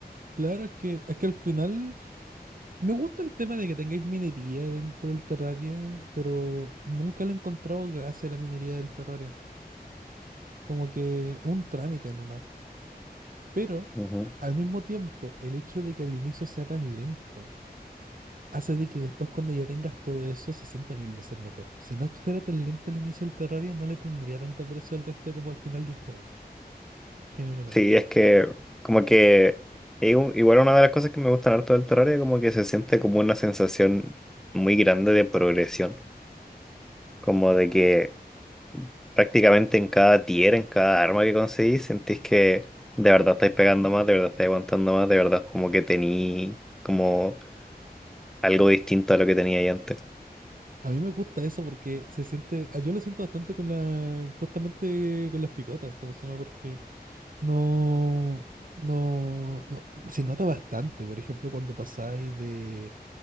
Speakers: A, on the right; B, in the centre.
A: Claro, es que, es que al final me gusta el tema de que tengáis minería dentro del Terraria, pero nunca le he encontrado gracia a la minería del Terraria. Como que es un trámite nomás. Pero
B: Ujú.
A: al mismo tiempo, el hecho de que al inicio sea tan lento hace de que después cuando ya tengas todo eso se sienta mil veces mejor. Si no fuera tan lento el inicio del Terraria, no le tendría tanto precio al resto como al final del juego, genuinamente.
B: Sí, es que como que es un- igual una de las cosas que me gustan harto del Terraria, como que se siente como una sensación muy grande de progresión. Como de que prácticamente en cada tier, en cada arma que conseguís, sentís que de verdad estáis pegando más, de verdad estáis aguantando más, de verdad como que tení como algo distinto a lo que tenía ahí antes.
A: A mí me gusta eso porque se siente, ah, yo lo siento bastante con la, justamente con las picotas, como se llama, porque no, no, no, se nota bastante. Por ejemplo, cuando pasáis de